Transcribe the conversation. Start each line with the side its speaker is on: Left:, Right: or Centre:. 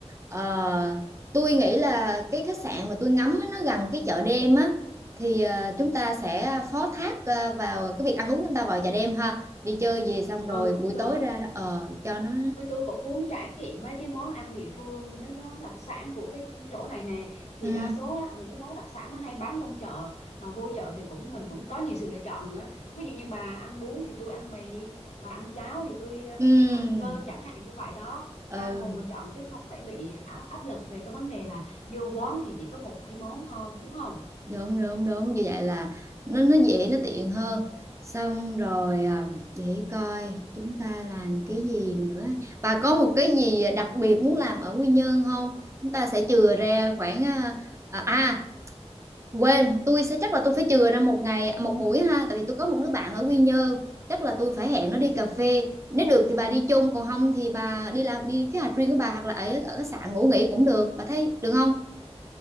Right: ờ, tôi nghĩ là cái khách sạn mà tôi ngắm á, nó gần cái chợ đêm á thì ờ, chúng ta sẽ phó thác ờ, vào cái việc ăn uống chúng ta vào chợ đêm ha đi chơi về xong
Left: ừ
Right: rồi
Left: cũng
Right: buổi
Left: được
Right: tối ra đó ờ,
Left: Ừ.
Right: cho nó
Left: tôi tôi cũng muốn trải nghiệm mấy cái món ăn địa phương mấy cái món đặc sản của cái chỗ này nè thì
Right: ừ
Left: đa số á, những cái món đặc sản nó hay bán trong chợ mà vô chợ thì cũng mình cũng có nhiều sự lựa chọn nữa ví dụ như bà ăn bún thì tôi ăn mì bà ăn cháo thì tôi ờ,
Right: ừ
Left: ăn cơm chẳng hạn như vậy đó
Right: ừ
Left: tha hồ mà chọn chứ không phải bị áo- áp lực về cái vấn đề là vô quán thì chỉ có một hai món thôi đúng không
Right: Đúng, đúng, đúng, như vậy là nó nó dễ, nó tiện hơn. Xong rồi, à, để coi chúng ta làm cái gì nữa. Bà có một cái gì đặc biệt muốn làm ở Quy Nhơn không Chúng ta sẽ chừa ra khoảng, a, à, à, quên, tôi sẽ chắc là tôi phải chừa ra một ngày một buổi ha, tại vì tôi có một đứa bạn ở Quy Nhơn, chắc là tôi phải hẹn nó đi cà phê. Nếu được thì bà đi chung, còn không thì bà đi làm đi cái hành riêng của bà hoặc là ở ở khách sạn ngủ nghỉ cũng được. Bà thấy được không